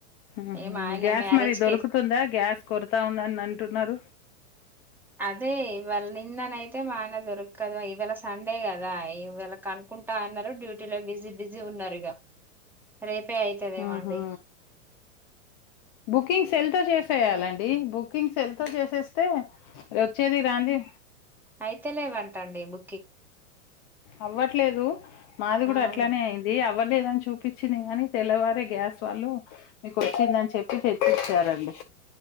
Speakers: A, on the left (about 35°); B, in the centre.
A: మ్హ్
B: ఏం ఆయన
A: గ్యాస్
B: మ్యారేజ్
A: మరి దొరుకుతుందా
B: కి
A: గ్యాస్ కొరతా ఉందని అంటున్నారు
B: అదే ఇవాళ నిన్ననయితే మా ఆయన దొరకదు ఇవేళ సండే కదా ఇవేళ కను కుంటా అన్నారు డ్యూటీలో బిజీ బిజీ ఉన్నర్ ఇగ రేపే అయిత దేమో
A: ఊహు
B: అండి
A: బుకింగ్ సెల్తొ చేసేయాలండి బుకింగ్ సెల్తొ చేస్ స్తే ఒచ్చేది రాన్ది
B: అయితే లేవంటండి బు
A: అవ్వట్లేదు మాది గుడ
B: అవును
A: అట్లనే అయింది అవ్వలేదు చూపిచింది గని తెల్లవారే గ్యాస్ వాళ్ళు మీకు ఒచ్చిందని చెప్పి తెచ్చిచారండి